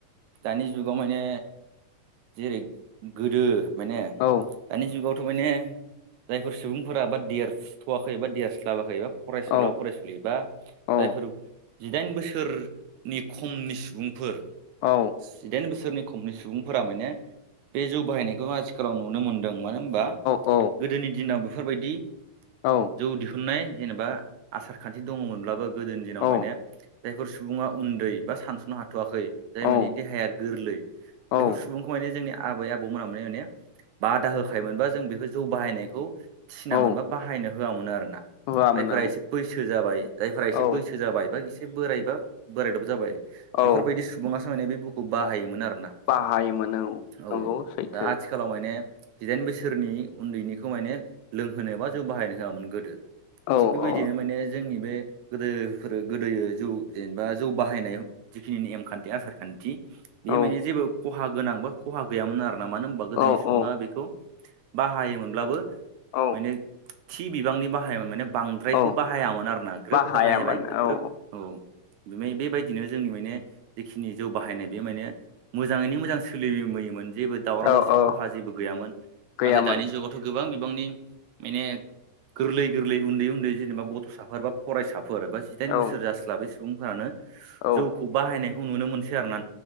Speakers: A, on the right (about 70°); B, on the left (about 75°).
A: दानि जुगाव माने जेरै गोदो माने
B: औ
A: दानि जुगावथ' थारमाने जायफोर सुबुंफोरा बा देरसथ'वाखै एबा देरस्लाबाखै एबा। फरायसुला
B: औ
A: फरायसुलि। बा जायफोर
B: औ
A: जिदाइन बोसोरनि खमनि सुबुंफोर।
B: औ औ
A: जिदाइन बोसोर सोरनि खमनि सुबुंफोरा माने बे जौ बाहायनायखौ आथिखालाव नुनो मोन्दों। मानो होनबा
B: औ
A: गोदोनि दिनाव बेफोरबायदि
B: औ
A: जौ दिहुननाय जेनेबा आसार खान्थि दङमोनब्लाबो गोदोनि दिनाव
B: औ
A: माने जायफोर सुबुंङा उन्दै। बा सानस'नो हाथ'वाखै जाय
B: औ
A: मानि देहाया गोरलै
B: औ
A: बेफोर सुबुंखौ माने जोंनि। आबै आबौमोना मोन माने बादा होखायमोनबा। जौ बाहायनायखौ
B: औ
A: बाहायहो होयामोन आरोना
B: होआमोन
A: जायफोरा‌ बैसो जाबाय जायफोरा एसे
B: औ
A: बैसो जाबाय बा एसे बोरायबा बोरायदब जाबाय
B: औ
A: बेफोरबायदि सुबुङासो। माने बे बुकखौ बाहायोमोन आरोना
B: बाहायोमोन
A: औ
B: नंगौ सैथो
A: दा आथिखालाव माने। जिदाइन बोसोरनि उनदैनिखौ माने लोंहोनो बा जौ बाहायनो होयामोन गोदो
B: औ
A: थिग बेबायदिनो
B: औ
A: माने। जोंनि बे गोदोफोर गोदो जौ जेनेबा जौ बाहायनाय जिखिनि नेमखानथि आसार खान्थि बे
B: औ
A: मानि जेबो खहा गोनां बा खहा गैयामोन आरो ना मानो होनबा गोदोनि
B: औ
A: सुबुङा
B: औ
A: बेखौ‌। बाहायोमोनब्लाबो
B: औ
A: माने थि बिबांनि बाहायोमोन माने बांद्रायखौ
B: औ
A: बाहाय। हायामोन आरोना ग्रोब
B: बाहायामोन
A: बाहाय जाबाय
B: औ
A: ग्रोब औ। बेबायदिनो जोंनि माने जिखिनि जौ बाहायनाय बे माने मोजाङैनो मोजां सोलिबोयोमोन। जेबो दावराव
B: औ
A: दावसि
B: औ
A: खहा जेबो गैयामोन
B: गैयामोन
A: नाथाय दानि जुगावथ' गोबां। गोबांनि माने गोरलै गोरलै उनदै उनदै जेनेबा गथ'साफोर एबा फरायसाफोर। बा जिदाइन
B: औ
A: बोसोर जास्लाबै सुबुंफोरानो
B: औ
A: जौखौ बाहायनायखौ नुनो मोनसै आरोना।